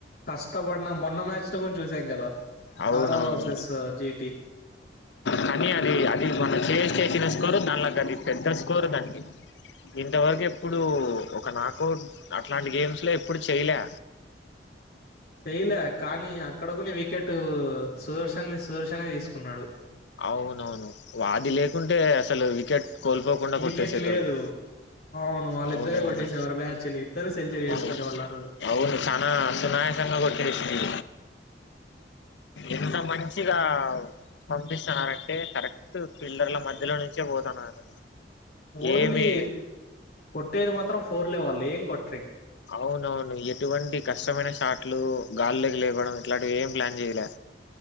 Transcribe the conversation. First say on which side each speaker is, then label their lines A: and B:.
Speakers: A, on the left; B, on the left.
A: కష్టపడిన మొన్న మ్యాచ్ ను కొంచ చూసాం కదా
B: అవునువును
A: 'ఆర్ఆర్ వర్సెస్ జీటీ'.
B: కనీ అది అది మన టేస్టే ఇచ్చిన స్కోరు దానిలో అది పెద్ద స్కోరు దానికి ఇంతవరకు ఎప్పుడు ఒక నాకౌట్ అట్లాంటి గేమ్స్ లో ఎప్పుడు చేయాలా
A: చెయలే కానీ అక్కడ కొన్ని వికెట్ అటు సుహర్శన సుదర్శనే తీసుకున్నాడు
B: అవునవును వాడి లేకుంటే అసలు వికెట్ కోల్పోకుండా
A: వికెట్
B: కొట్టేసేటోల్లు
A: లేదు. అవును. వాళ్ళిద్దరే
B: అవునువును
A: కొట్టేసేవారు మ్యాచ్‌ని. ఇద్దరు సెంచరీ
B: అవును
A: చేసుకునేవాళ్ళు ఆ రోజు.
B: అవును చనా సునాయసంగా కొట్టేసిండు ఎంత మంచిగా పంపిస్తున్న అంటే కరెక్ట్ పిల్లర్ల మధ్యలో నుంచే పోతున్నారు
A: ఓన్లీ
B: ఏమి
A: కొట్టేది మాత్రం ఫోర్ లేవాల్ ఏం కొట్
B: అవునవును ఎటువండి కష్టమైన షాట్లు గాలిలోకి లేవడం ఇలాంటివి ఏం ప్లాన్ చేయాలా